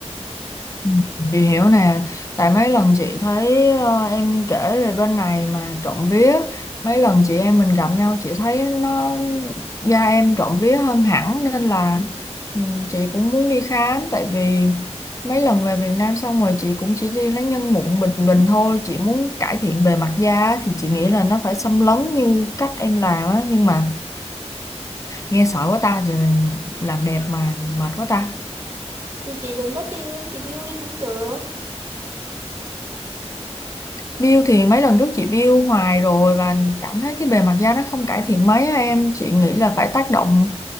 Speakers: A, on the left; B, on the right.
A: Ừ, Chị hiểu nè, tại mấy lần chị thấy ờ, em kể về bên này mà trộm vía, mấy lần chị em mình gặp nhau chị thấy nó da em trộm vía hơn hẳn nên là ừ, chị cũng muốn đi khám tại vì mấy lần về Việt Nam xong rồi chị cũng chỉ đi lấy nhân mụn bình bình thôi, chị muốn cải thiện bề mặt da á, thì chị nghĩ là nó phải xâm lấn như cách em làm á nhưng mà nghe sợ quá ta giờ làm đẹp mà mệt quá ta.
B: thì chị đừng có tiêm chị bill đi cũng được
A: Bill thì mấy lần trước chị bill hoài rồi và cảm thấy cái bề mặt da nó không cải thiện mấy á em chị nghĩ là phải tác động